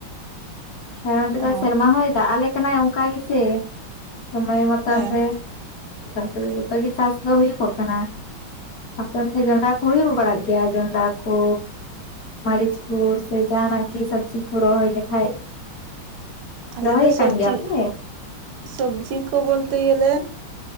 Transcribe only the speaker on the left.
ᱦᱮᱸ ᱱᱚᱛᱮ ᱫᱚ
ᱥᱮᱨᱢᱟ ᱦᱚᱭ ᱫᱟᱜ ᱟᱞᱮ ᱠᱟᱱᱟᱭ ᱚᱱᱠᱟ ᱜᱮᱥᱮ, ᱥᱚᱢᱚᱭ ᱢᱚᱛᱚᱱ
ᱨᱮ। ᱛᱟᱨᱯᱚᱨᱮ ᱡᱚᱛᱚ ᱜᱮ ᱪᱟᱥ ᱫᱚ ᱦᱩᱭᱩᱜᱚᱜ ᱠᱟᱱᱟ। ᱟᱯᱮ ᱚᱱᱛᱮ ᱡᱚᱸᱰᱨᱟ ᱠᱚ ᱦᱩᱭ ᱵᱟᱲᱟᱜ ᱜᱮᱭᱟ ᱡᱚᱱᱰᱨᱟ ᱠᱚᱼᱼ ᱢᱟᱹᱨᱤᱪ ᱠᱚ ᱥᱮ ᱡᱟᱦᱟᱸ ᱱᱟᱜ ᱠᱤ ᱥᱚᱵᱽᱡᱤ ᱠᱚ ᱨᱚᱦᱚᱭ ᱞᱮᱠᱷᱷᱟᱡᱼᱼ
ᱨᱚᱦᱚᱭᱮᱫ
ᱠᱟᱱ
ᱜᱮᱭᱟ ᱯᱮ?